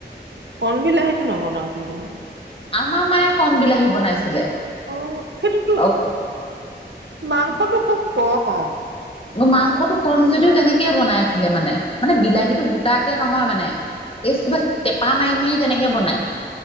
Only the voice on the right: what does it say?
কণবিলাহটো নবনাও কিন্তু মই।
অ' সেইটো তো-
মাংসটো খুব কম।